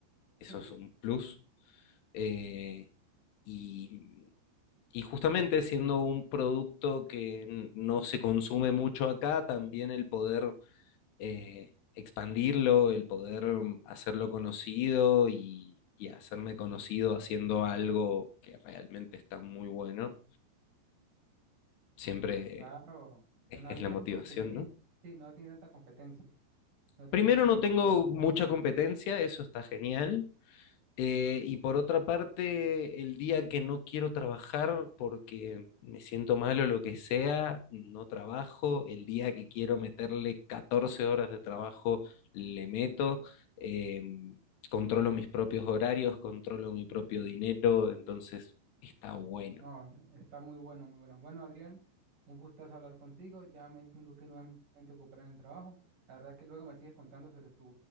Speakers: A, on the left; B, on the right.
A: Eso
B: <laughs>
A: es un plus. Eh, y, y justamente siendo un producto que n- no se consume mucho acá, también el poder eh, expandirlo, el poder hacerlo conocido y, y hacerme conocido haciendo algo que realmente está muy bueno, siempre
B: Claro, suena
A: es, es
B: bien
A: la motivación,
B: porque no tiene,
A: ¿no?
B: sí, no tiene tanta competencia, no tiene
A: Primero
B: tanta competencia,
A: no tengo mucha competencia, eso está genial. Eh, y por otra parte, el día que no quiero trabajar porque me siento mal o lo que sea, no trabajo. El día que quiero meterle 14 horas de trabajo, le meto. Eh, controlo mis propios horarios, controlo mi propio dinero, entonces está bueno.
B: no, está muy bueno, muy bueno. Bueno, Adrián, un gustazo hablar contigo, ya me tengo que nuevamente ocupar en el trabajo. La verdad que luego me sigues contando sobre sus